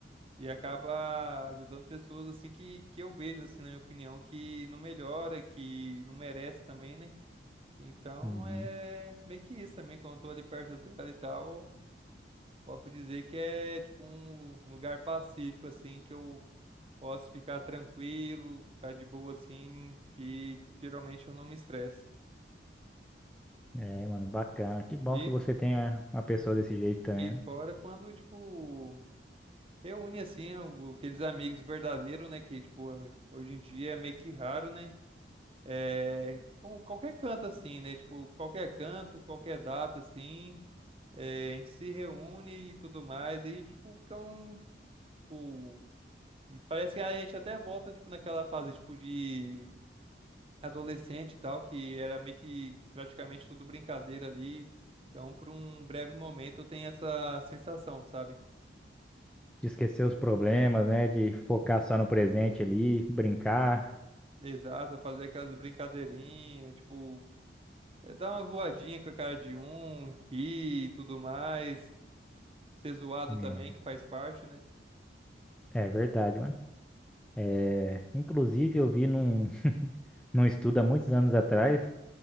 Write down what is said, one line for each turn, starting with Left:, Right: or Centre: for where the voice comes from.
Right: E acaba ajudando pessoas, assim, que, que eu vejo, assim, na minha opinião, que não melhora, que não merece também, né? Então
Centre: Uhum.
Right: é meio que isso também, quando eu tô ali perto dela e tal, eu posso dizer que é, tipo, um um lugar pacífico, assim, que eu posso ficar tranquilo, ficar de boa, assim, que geralmente eu não me estresso.
Centre: É, mano, bacana. Que bom
Right: E
Centre: que você tenha uma pessoa desse jeito também.
Right: E fora quando, tipo, reúne assim o- aqueles amigos verdadeiros, né? Que, tipo, hoje em dia é meio que raro, né? É, com qualquer canto assim, né? Tipo, qualquer canto, qualquer data assim, é, a gente se reúne e tudo mais, e tipo, fica um, tipo, parece que a gente até volta, tipo, naquela fase, tipo, de adolescente e tal, que era meio que praticamente tudo brincadeira ali. Então, por um breve momento, tem essa sensação, sabe?
Centre: de esquecer os problemas, né? De focar só no presente ali, brincar.
Right: Exato, fazer aquelas brincadeirinhas, tipo, é, dar uma voadinha com a cara de um, rir e tudo mais, ser zoado
Centre: É,
Right: também, que faz parte, né?
Centre: é verdade, mano. É, inclusive, eu vi num, <laughs> num estudo há muitos anos atrás